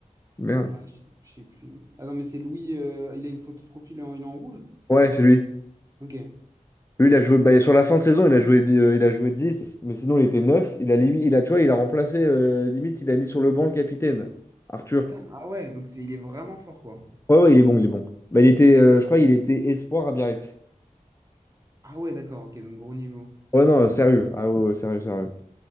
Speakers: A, on the left; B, on the right.
A: Merde.
B: Ouais, je sais je sais plus. Ah non, mais c'est Louis, euh, il a une photo de profil, en- il est en rouge?
A: Ouais, c'est lui.
B: Ok.
A: Lui, il a joué. Bah, sur la fin de saison, il a joué, dix- euh, il a joué dix. mais sinon, il était 9. Il a, limi- il a, tu vois, il a remplacé, euh, limite, il a mis sur le banc le capitaine, Arthur.
B: Putain, ah ouais, donc c'est, il est vraiment fort, quoi.
A: Ouais, ouais, il est bon, il est bon. Bah, il était, euh, je crois, il était espoir à Biarritz.
B: Ah ouais, d'accord, ok, donc gros niveau.
A: Ouais, non, euh, sérieux. Ah ouais, ouais, sérieux, sérieux.